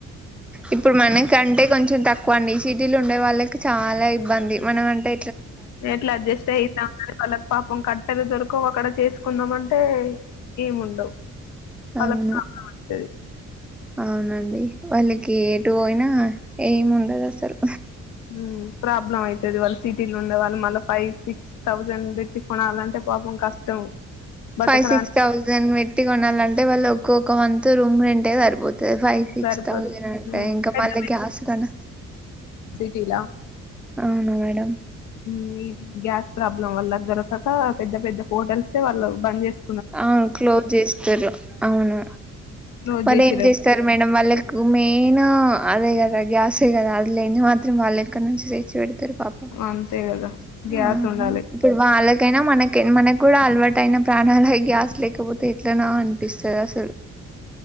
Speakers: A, in the centre; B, on the left (about 75°).
A: ఇప్పుడు మన కంటే కొంచెం తక్కువ అండి. సిటీలుండే వాళ్ళకి చాలా ఇబ్బంది. మనమంటే,
B: ఎట్లా అడ్జెస్ట్ అయినా <unintelligible> పాపం కట్. పెద్దగా దొరకవు. అక్కడ చేసుకుందాం అంటే ఏముండవు. పలక్
A: అవును
B: లో ఉన్నమంటది.
A: అవునండి. వాళ్ళకి ఎటు పోయినా ఏమి ఉండదసలు.
B: ఊ ప్రాబ్లం అవుతది. వాళ్ళు సిటీలో ఉండే వాళ్ళు మళ్ళా ఫైవ్ సిక్స్ థౌజండ్ పెట్టి కొనాలంటే పాపం కష్టం. బతకడానికి
A: ఫైవ్ సిక్స్ థౌజండ్ బెట్టి కొనాలంటే వాళ్ళోక్. కోక మంత్ రూమ్ రెంటే సరిపోత్. కే ఫైవ్ సిక్స్
B: సరిపోదు
A: థౌసడ్ అంటే ఇంక
B: పెద్ద
A: మళ్ళి గ్యాస్ గాన.
B: శీలా.
A: అవునా మేడం.
B: ఊ ఈ గ్యాస్ ప్రాబ్లం వల్ల దొరకక పెద్ద పెద్ద హోటల్సే వాళ్ళు బంద్ చేస్.
A: అవును క్లోజ్ చేస్తరు. అవును,
B: క్లోజ్
A: మరి
B: చేసిరట
A: ఏం చేస్తరు మేడం వాళ్ళకు మెయినూ. అదే కదా గ్యాసే కదా అది లేని మాత్రం వాళ్ళెకడ్నుంచి చేచ్. చ్చి పెడతరు. పాపం,
B: అంతే కదా గ్యాస్
A: ఊ
B: ఉండాలి
A: ఇప్పుడు వాళ్ళక్. కైన మనకెం మనకు కూడా అలవాటైన ప్రాణాలై. గ్యాస్ లేకపోతే ఎట్లనా అనిపిస్తది. అసలు.